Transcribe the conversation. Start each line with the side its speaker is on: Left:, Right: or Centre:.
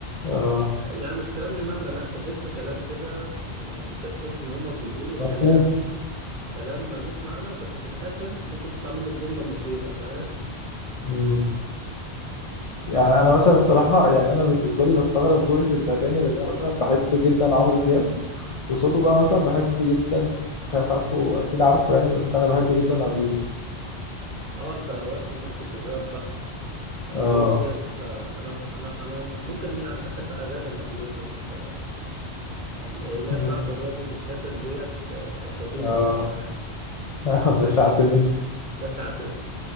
Left: آه
Right: آه، يعني مش كلام ليه معنى لا تحسه كلام كده يعني انت تحس ان هم بيقولوا
Left: مفهوم
Right: كلام كلام ملوش معنى بس في الاخر ممكن تطلع منه بجمله مفيده فاهم
Left: مم. يعني انا مثلا الصراحه يعني انا بالنسبه لي بستغرب ذوقي في الاغاني لان انا مثلا بحب جدا عمرو دياب وصوته بقى مثلا بحب جدا مش عارف عارفه اكيد عارفه يعني بس انا بحب جدا ابي يوسف
Right: اه انت رحت لنقطه الراب بقى ابي
Left: اه
Right: يوسف آه، انا انا انا ممكن يعني بحب اغاني لابي يوسف آه، الاغنيه
Left: مم.
Right: بتاعت اضربه بالكتل ديت آه، كانت لطيفه
Left: اه
Right: الصراحه
Left: <laughs> بشعت النت
Right: <laughs> باشا اعتمد